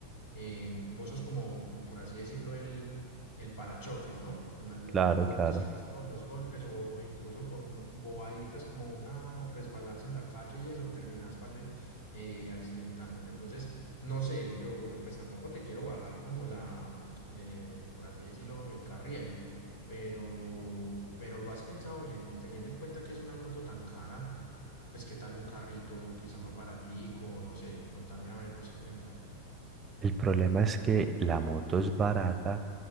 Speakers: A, on the left (about 65°); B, on the right (about 20°).
A: eh, vos sos como, como por así decirlo, el, el parachoques, ¿no? No, el-
B: claro,
A: Vos
B: claro.
A: recibís todos los golpes o, o incluso con bobaditas como una resbalarse en la calle y eso, terminás, parce, eh, accidentándote. Entonces, no sé, yo, yo pues tampoco te quiero bajar como la, mm, eh, por así decirlo, el carriel. Pero, pero lo has pensado bien, teniendo en cuenta que es una moto tan cara, pues qué tal un carrito, quizá más baratico, no sé, contame a ver vos qué pensás.
B: El problema es que la moto es barata,